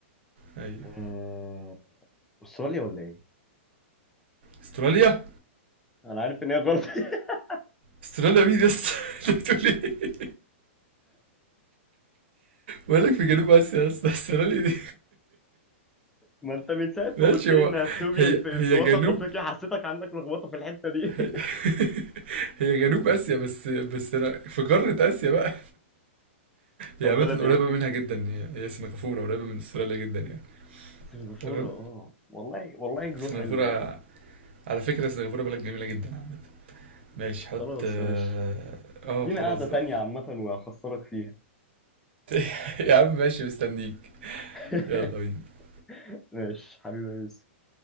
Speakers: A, on the right (about 55°); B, in the centre.
A: ايوه
B: آه، استراليا ولا ايه
A: استراليا
B: انا عارف ان هي غلط <laughs>
A: استراليا مين يا اسطى <laughs> انت بتقول ايه مالك في جنوب اسيا يا اسطى استراليا دي
B: ما انت من ساعه
A: ماشي
B: ما قلت لي
A: هو
B: ان اثيوبيا
A: هي
B: في,
A: هي
B: في وسط
A: جنوب
B: افريقيا حسيتك عندك لخبطه في الحته دي <laughs>
A: هي, <laughs> <applause> هي جنوب اسيا بس بس انا في قارة اسيا بقى
B: طب
A: هي عامة
B: بلد ايه
A: قريبة منها جدا هي هي سنغافورة قريبة من استراليا جدا يعني
B: سنغافوره
A: تمام
B: اه والله والله جلو
A: سنغافورة
B: حلو يعني
A: على فكرة سنغافورة بلد جميلة جدا عامة ماشي حط
B: خلاص
A: اه
B: ماشي
A: آه،
B: لينا
A: خلاص
B: قعده تانية
A: بقى
B: عامه وهخسرك فيها
A: <laughs> يا عم ماشي مستنيك
B: <laughs>
A: يلا بينا
B: ماشي حبيبي يا يوسف